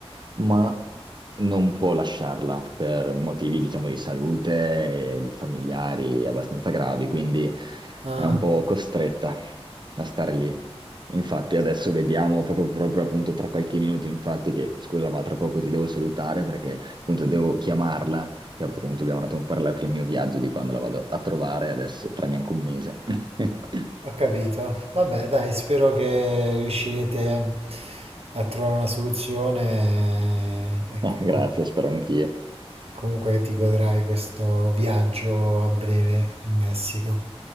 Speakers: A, on the right; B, on the right.
A: ma non può lasciarla per motivi, diciamo, di salute e di familiari abbastanza gravi, quindi
B: ah,
A: è un po' costretta a stare lì. Infatti adesso vediamo proprio, proprio appunto tra qualche minuto, infatti che scusa ma tra poco ti devo salutare perché appunto devo chiamarla, che appunto abbiamo andato a parlare per il mio viaggio di quando la vado a trovare adesso tra neanche un mese. <laughs>
B: ho capito. Vabbè, dai, spero che riuscirete a trovare una soluzione e che
A: Grazie,
B: co-
A: spero anch'io.
B: comunque che ti godrai questo viaggio a breve in Messico.